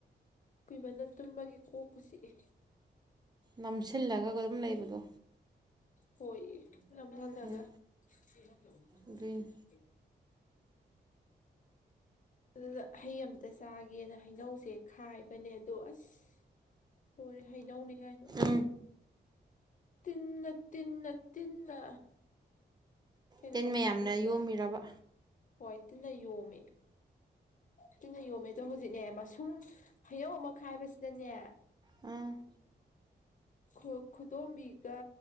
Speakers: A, on the left (about 45°); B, on the right (about 20°).
A: ꯀꯨꯏꯃꯅ ꯇꯨꯝꯃꯒꯦ ꯀꯣꯛ ꯄꯨꯁꯤꯛꯑꯦ
B: ꯅꯝꯁꯤ ꯊꯤꯜꯂꯒ ꯑꯗꯨꯝ ꯂꯩꯕꯗꯣ
A: ꯍꯣꯏ ꯝꯕ ꯍꯜ
B: ꯎꯝ
A: ꯊ <unintelligible>
B: ꯑꯗꯨꯏꯅꯤ
A: ꯑꯗꯨꯗ ꯍꯩ ꯑꯃꯝꯇ ꯆꯥꯒꯦꯅ ꯍꯩꯅꯧꯁꯦ ꯈꯥꯏꯕꯅꯦ ꯑꯗꯣ ꯑꯁ ꯂꯣꯔꯦ ꯍꯩꯅꯧꯅꯤꯉꯥꯏꯗ
B: ꯎꯝ
A: ꯇꯤꯟꯅ ꯇꯤꯟꯅ ꯇꯤꯟꯅ ꯀꯩꯅꯣꯗꯒꯤ
B: ꯇꯤꯟ ꯃꯌꯥꯝꯅ ꯌꯣꯝꯃꯤꯔꯕ
A: ꯀꯩ ꯍꯣꯏ ꯇꯤꯟꯅ ꯌꯣꯝꯃꯦ ꯇꯤꯟꯅ ꯌꯣꯝꯃꯦ ꯑꯗꯣ ꯍꯧꯖꯤꯛꯅꯦ ꯃꯁꯨꯡ ꯍꯩꯅꯧ ꯑꯃ ꯈꯥꯏꯕꯁꯤꯗꯅꯦ
B: ꯎꯝ
A: ꯈꯨ ꯈꯨꯗꯣꯝꯕꯤꯒ